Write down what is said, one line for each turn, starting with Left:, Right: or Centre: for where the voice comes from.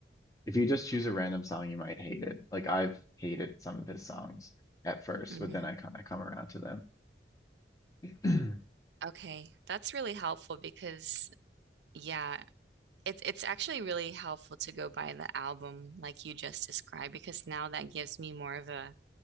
Left: if you just choose a random song you might hate it. Like I've hated some of his songs at first,
Right: Mm.
Left: but then I kind of come around to them.
Right: Okay, that's really helpful because yeah, it's it's actually really helpful to go by the album like you just described because now that gives me more of a